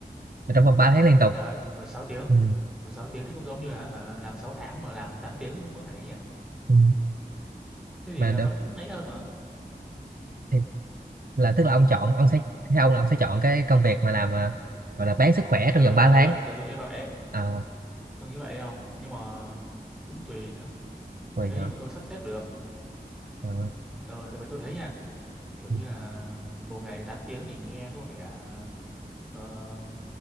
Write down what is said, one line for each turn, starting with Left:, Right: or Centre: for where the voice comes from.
Right: mà trong vòng 3 tháng liên tục
Centre: trời ơi thì mười sáu tiếng
Right: ừ.
Centre: 16 tiếng thì cũng giống như là hả, làm 6 tháng mà làm 8 tiếng mỗi ngày ấy nhỉ
Right: Ừ.
Centre: thế thì
Right: mà
Centre: ờ,
Right: được
Centre: vẫn ấy hơn
Right: thì là tức là ông chọn ông sẽ theo ông là ông sẽ chọn cái công việc mà làm ờ, gọi là bán sức khỏe
Centre: ờ
Right: trong vòng ba
Centre: tôi
Right: tháng
Centre: nghĩ vậy tôi, tôi nghĩ vậy ấy.
Right: à,
Centre: tôi nghĩ vậy không nhưng mà cũng tùy nữa
Right: vậy
Centre: nếu như
Right: hả?
Centre: mà tôi sắp xếp được
Right: Ờ,
Centre: ừ ừ, tại vì tôi thấy nha kiểu
Right: ừ,
Centre: như là một ngày 8 tiếng thì nghe có vẻ ờ,